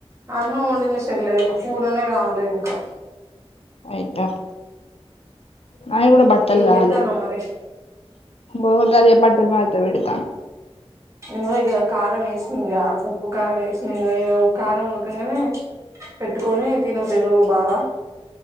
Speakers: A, on the right; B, on the left.
A: అన్నం వండిన్లే చెల్లే కూరనే కావాలి ఇంకా.
B: ఆహ్. నావి కూడా బట్టలు
A: ఇంకేం
B: కావాలి
A: చేత్తన్నవ్ మరి
B: ఓ గది బట్టలు మడతాబెట్టీ. తను.
A: ఇగో ఇంకా కారం వేసిన ఇకా ఉప్పు కారం వేసిన ఇగ కారం ఉడకంగనే. పెట్టుకొని తిను నువ్వు తీనువు బాగా.